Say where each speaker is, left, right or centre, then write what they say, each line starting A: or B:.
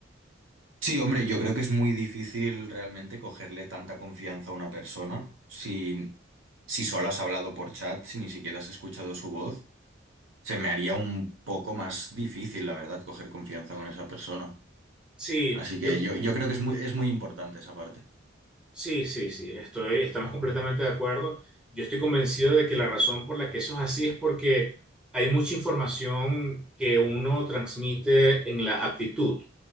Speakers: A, on the right; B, in the centre.
A: Sí, hombre, yo creo que es muy difícil realmente cogerle tanta confianza a una persona si, si solo has hablado por chat, si ni siquiera has escuchado su voz. Se me haría un poco más difícil, la verdad, coger confianza con esa persona.
B: Sí,
A: Así que
B: yo
A: yo, yo creo que es muy, es muy importante esa parte.
B: sí, sí, sí, estoy, estamos completamente de acuerdo. Yo estoy convencido de que la razón por la que eso es así es porque hay mucha información que uno transmite en la actitud,